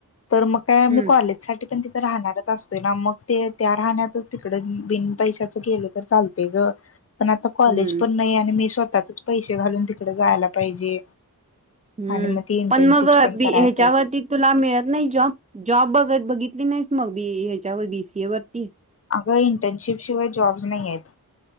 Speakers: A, on the left; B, on the right.
A: तर मग काय
B: हम्म
A: मी कॉलेज साठी पण तिथं राहणारच असतोय ना मग ते त्या राहण्यातच तिकड बिन पैशाच गेल तर चालते ग पण आता कॉलेज
B: हम्म
A: पण नाही आणि मी स्वतःचच पैसे घालून तिकडे जायला पाहिजे
B: हम्म
A: आणि मग ती इंटर्नशिप्स
B: पण मग
A: तेन
B: बी
A: करायला
B: ह्याच्यावरती
A: पाहिजे
B: तुला मिळत नाही जॉब जॉब बघत बघितली नाहीस मग बी ह्याच्यावर बी सी ए वरती
A: अगं इंटर्नशिपशिवाय जॉब्स नाही आहेत.